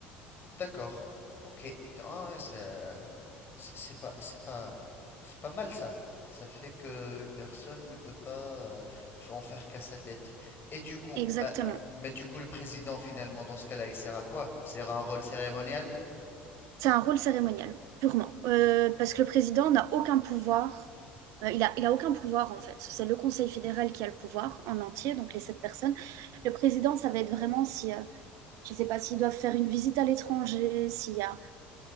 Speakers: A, on the left; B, on the right.
A: D'accord. Ok. D- ah ouais, ça- c'est c'est pas, c'est pas, c'est pas mal ça. Ça fait que une personne ne peut pas euh, f- en faire qu'à sa tête. Et du coup,
B: Exactement.
A: ma- mais du coup, le président finalement, dans ce cas-là, il sert à quoi? Il Sert à un rôle cérémonial?
B: C'est un rôle cérémonial, purement. Euh, parce que le président n'a aucun pouvoir. Euh, il a, il a aucun pouvoir, en fait. C'est le Conseil fédéral qui a le pouvoir en entier, donc les sept personnes. Le président, ça va être vraiment si, euh, je ne sais pas, s'ils doivent faire une visite à l'étranger, s'il y a...